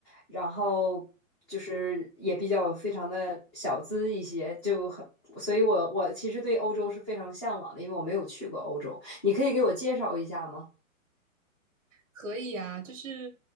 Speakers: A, on the left; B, on the right.
A: 然后就是也比较非常的小资一些，就很，所以我我其实对欧洲是非常向往的，因为我没有去过欧洲，你可以给我介绍一下吗？
B: 可以啊，就是